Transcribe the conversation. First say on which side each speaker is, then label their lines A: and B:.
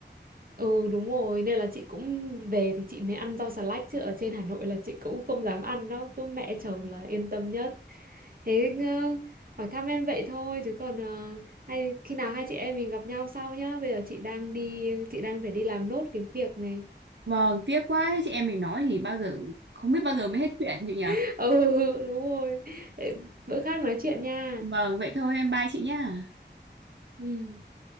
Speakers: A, on the right; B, on the right.
A: ừ đúng rồi nên là chị cũng về thì chị mới ăn rau xà lách chứ ở trên Hà Nội là chị cũng không dám ăn nó cứ mẹ chồng là yên tâm nhất thế ờ, hỏi thăm em vậy thôi chứ còn ờ, hay khi nào hai chị em mình gặp nhau sau nhá bây giờ chị đang đi chị đang phải đi làm nốt cái việc này
B: vâng tiếc quá thế chị em mình nói thì bao giờ không biết bao giờ mới hết chuyện chị nhỉ
A: <laughs> ừ đúng rồi Để bữa khác nói chuyện nha
B: vâng vậy thôi em bye chị nhá
A: ừ